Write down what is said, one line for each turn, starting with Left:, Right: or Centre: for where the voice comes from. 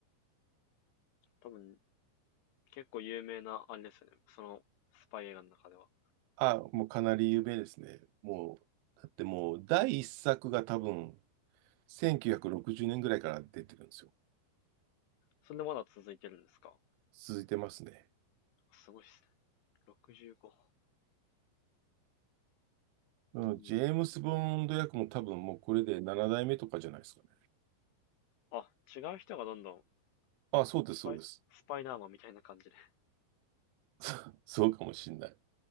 Left: 多分、結構有名な、あれですよね。その、スパイ映画の中では。
Right: あ、もうかなり有名ですね。もう、だってもう、第一作が多分、1960年ぐらいから出てるんですよ。
Left: それでまだ続いてるんですか
Right: 続いてますね。
Left: すごいですね。65。
Right: うん、
Left: うん。
Right: ジェームス・ボンド役も多分もうこれで7代目とかじゃないですかね。
Left: あ、違う人がどんどん
Right: あ、そうです、
Left: スパイ、
Right: そうです。
Left: スパイダーマンみたいな感じで。
Right: <laughs> そうかもしんない。